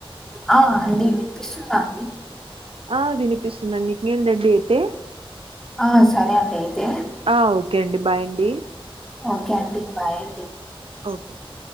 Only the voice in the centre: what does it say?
ఆ అండి వినిపిస్తుందా అండి
ఆ సరే అండి అయితే
ఓకే అండి బాయ్ అండి